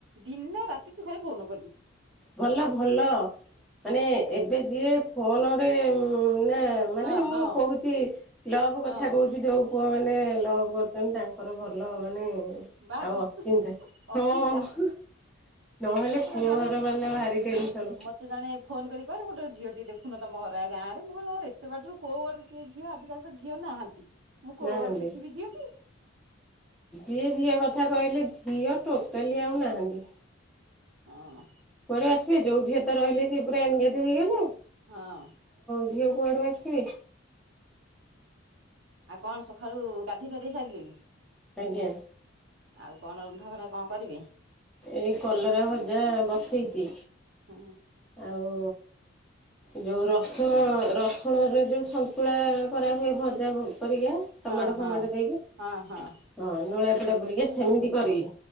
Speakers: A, on the right; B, in the centre.
A: ଦିନ ରାତି ତୁ ଖାଲି ଫୋନ କଲୁ
B: ଭଲ ଭଲ ମାନେ ଏବେ ଯିଏ ଫୋନରେ ନା ମାନେ
A: ହଁ
B: ମୁଁ
A: ହଁ
B: କହୁଛି ଲଭ
A: ହଁ
B: କଥା କହୁଛି ଯୋଉ ପୁଅମାନେ ଲଭ୍ କରଛନ୍ତି ତାଙ୍କର ଭଲ ମାନେ
A: ବାହାଘର
B: ଆଉ ଅଚିନ୍ତା ହଁ
A: ଅଚିନ୍ତା
B: ନହେଲେ
A: ମତେ
B: ପୁଅଘର
A: ଜଣେ
B: ବାଲା ଭାରି ଟେନସନ
A: ମତେ ଜଣେ ଫୋନ କରି କହିଲେ ଗୋଟେ ଝିଅଟେ ଦେଖୁନ ତମ ଭରା ଗାଁ ରେ ମୁଁ ଏତେ ବାଟରୁ କୋଉ ଆଡୁ କିଏ ଝିଅ ଆଜିିକାଲି ତ ଝିଅ ନାହାନ୍ତି। ମୁଁ କୋଉ
B: ନାହାନ୍ତି।
A: ଆଡୁ ଦେଖିବି ଝିଅ କି
B: ଯିଏ ଝିଅ କଥା କହିଲେ ଝିଅ ଟୋଟାଲି ଆଉ ନାହାନ୍ତି।
A: ହଁ।
B: କୁଆଡୁ ଆସିବେ ଯୋଉ ଝିଅ ତ ରହିଲେ ସେ ପୁରା ଏନଗେଜ ହେଇଗଲେ ଆଉ।
A: ହଁ।
B: ଝିଅ କୁଆଡୁ ଆସିବେ
A: ଆଉ କଣ ସକାଳୁ ଗାଧୋଇ ପାଧେଇ ସାରିଲେଣିି?
B: ଆଜ୍ଞା।
A: ଆଉ କଣ ରନ୍ଧାବଢା କଣ କରିବେ?
B: ଏଇ କଲରା ଭଜା ବସେଇଛି
A: ହୁଁ
B: ଆଉ। ଯୋଉ ରସୁଣ ରସୁଣରେ ଯୋଉ ସନ୍ତୁଳା କରା ହୁଏ ଭଜା ପରିକା ଟମାଟୋ
A: ହଁ
B: ଫମାଟୋ
A: ହଁ
B: ଦେଇକି
A: ହଁ ହଁ
B: ହଁ ନୁଳା ପୋଡା ପରିକା ସେମିତି କରିବି
A: ହଁ